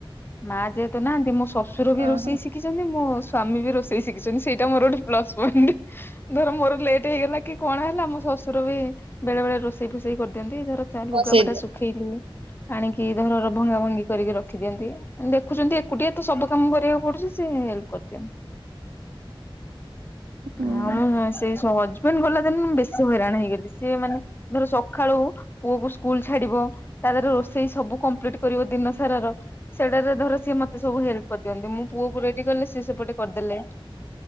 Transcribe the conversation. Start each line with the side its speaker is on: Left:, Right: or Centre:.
Left: ମା ଯେହେତୁ ନାହାନ୍ତି ମୁଁ ଶଶୁର ବି
Right: ଓହୋ
Left: ରୋଷେଇ ଶିଖିଛ ଯେମିତି ମୋ ସ୍ଵାମୀ ବି ରୋଷେଇ ଶିଖିଛନ୍ତି ସେଇଟା ମୋର ଗୋଟେ ପ୍ଲସ ପଏଣ୍ଟ ଧର ମୋର ଲେଟ୍ ହେଇଗଲା କି କଣ ହେଲା ମୋ ଶଶୁର ବି ବେଳେ ବେଳେ ରୋଷେଇ ଫୋଷେଇ କରିଦିଅନ୍ତି ଧର
Right: ବସେଇ
Left: ଲୁଗାପଟା
Right: ଦିଅ।
Left: ସୁ ଖିଲି ଆଣିକି ଧର ଭଙ୍ଗା ଭଙ୍ଗି କରିକି ରଖିଦିଅନ୍ତି। ଦେଖୁଛନ୍ତି ଏକୁଟିଆ ତ ସବୁ କାମ କରିବାକୁ ପଡୁଛି ସେ ହେଲ୍ପ କରିଦିଅନ୍ତି।
Right: ହୁଁ
Left: <inaudible> ଆଉ ସେଇ ହଜବେଣ୍ଡ ଗଲା ଦିନୁ ବେଶୀ ହଇରାଣ ହେଇଗଲି ସିଏ ମାନେ ଧର ସକା ସକାଳୁ ପୁଅକୁ ସ୍କୁଲ ଛାଡିବ ତା ଦେହରେ ରୋଷେଇ ସବୁ କମ୍ପ୍ଲିଟ କରିବ ଦିନ ସାରାର ସେଟାରେ ଧର ସିଏ ମତେ ସବୁ ହେଲ୍ପ କରିଦିଅନ୍ତି ମୁଁ ପୁଅ କୁ ରେଡି କଲେ ସିଏ ସେପଟେ କରିଦେଲେ।